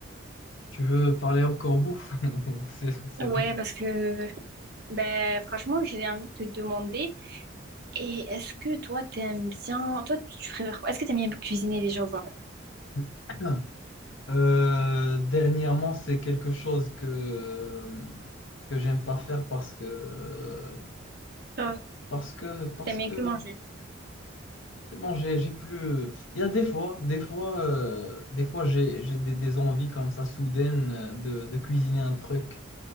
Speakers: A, on the left; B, on the right.
A: tu veux parler encore bouffe? <laughs> Ou C'est c'est
B: Ouais,
A: bon.
B: parce que Ben, franchement, j'ai envie de te demander, et est-ce que toi, t'aimes bien, toi, tu préfères quoi? Est-ce que t'aimes bien cuisiner déjà ou pas?
A: <clears throat> Euh, dernièrement, c'est quelque chose que que j'aime pas faire parce que
B: Genre,
A: parce que parce
B: T'aimes
A: que
B: bien que manger?
A: bon, j'ai j'ai plus. Il y a des fois, des fois, euh, des fois, j'ai j'ai des, des envies comme ça soudaines euh, de, de cuisiner un truc,